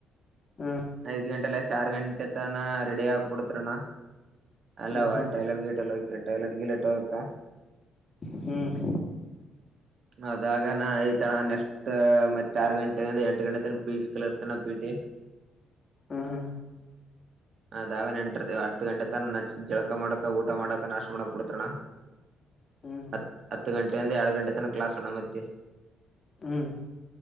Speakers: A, on the left; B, on the right.
A: ಹ್ಮ್
B: ಐದ್ ಗಂಟೆ ಲ ಚಾರ್ ಗಂಟೆ ತಾನ ರೆಡಿ ಆಾಕ್ಬಿಡತ್ರಣ ಅಲ್ಲವಾ
A: ಹ್ಮ್
B: ಟೈಲರ್ ಗೇಟ್ ಎಲ್ಲ ಹೋಗ ಟಯಲಟ್ಗೆಲೆಟೋಕ್ಕ
A: ಹ್ಮ್
B: ಅದಾಗ ನ ಐ್ತಣ್ಣ ನೆಕ್ಸ್ಟ್ ಮತ್ತೆ ಆರು ಗಂಟೆ ಅಂದ್ರೆ ಎಂಟ ಗಂಟೆ ತ ಪಿ ಜ ಕ ಇರ್ತಾನ ಪಿ ಟಿ
A: ಊ ಹ್ಮ್
B: ಅದಾಗ ನೆಂಟರ ಹತ್ತು ಗಂಟೆತನ ಜಳಕ ಮಾಡಾಕ ಊಟ ಮಾಡಾಕ ನಾಷ್ಟ್ ಮಾಡಾಕ್ ಬಿಡ್ತಾರಣ.
A: ಹ್ಮ್ ಹ್ಮ್
B: ಹತ್ ಹತ್ತು ಗನ್ ರಿಂದ ಎರಡು ಗಂಟೆ ತನ ಕ್ಲಾಸಣ್ಣ ಮತ್ತೆ
A: ಹ್ಮ್